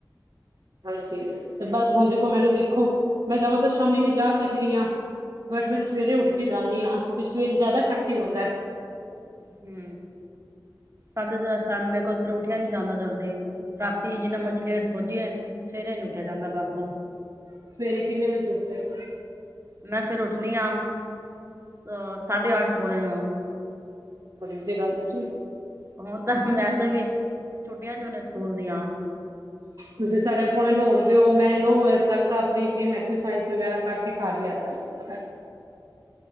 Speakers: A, on the right (about 65°); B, on the right (about 35°).
A: ਹਾਂਜੀ ਤੇ ਬਸ ਹੁਣ ਦੇਖੋ ਮੈਨੂੰ ਦੇਖੋ ਮੈਂ ਜਾਵਾਂ ਤਾਂ ਸ਼ਾਮੀ ਵੀ ਜਾ ਸਕਦੀ ਹਾਂ ਬਟ ਮੈਂ ਸਵੇਰੇ ਉੱਠ ਕੇ ਜਾਂਦੀ ਹਾਂ ਕਿਉਂਕਿ ਸਵੇਰੇ ਜ਼ਿਆਦਾ ਇਫੈਕਟਿਵ ਹੁੰਂਦਾ ਹੈ।
B: ਹੂੰ ਮੇਰੇ ਕੋਲੋ ਫਿਰ ਉੱਠਿਆ ਨੀ ਜਾਂਦਾ ਜਲਦੀ ਰਾਤੀ ਜਿੰਨਾ ਮਰਜ਼ੀ ਲੇਟ ਸੋਜੀਏ ਸਵੇਰੇ ਨੀ ਉੱਠ ਉਠਿਆ ਜਾਂਦਾ ਬਸ
A: ਸਵੇਰੇ ਕਿੰਨੇ ਵਜੇ ਉੱਠਦੇ ਹੋ
B: ਮੈਂ ਫਿਰ ਉੱਠਣੀ ਆ ਅਹ ਸਾਢੇ ਅੱਠ ਪੌਣੇ ਨੋ
A: ਬੜੀ ਵਧੀਆ ਗੱਲ ਐ ਜੀ,
B: ਹੁਣ ਵੈਸੇ ਵੀ ਛੁੱਟੀਆਂ ਜੂਨ ਸਕੂਲ ਦੀਆਂ।
A: ਤੁਸੀਂ ਸਾਡੇ ਪੁਣੇ ਨੌੜਦੇ ਹੋ ਮੈਂ ਨੋ ਵਜੇ ਤੱਕ ਆਪਣੀ ਜਿਮ ਐਕਸਸਾਈਜ਼ ਵਗੈਰਾ ਕਰਕੇ ਘਰ ਵੀ ਆ ਜਾਂਗੀ ਪਤਾ।